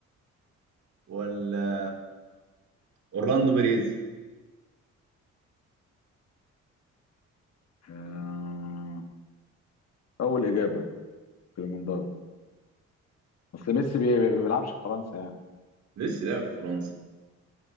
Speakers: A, on the right; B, on the left.
A: ولا اورلاندو بيريز
B: آه، اول اجابه كليمندارو اصل ميسي بي- بي- ما بيلعبش في فرنسا يعني
A: ميسي لعب في فرنسا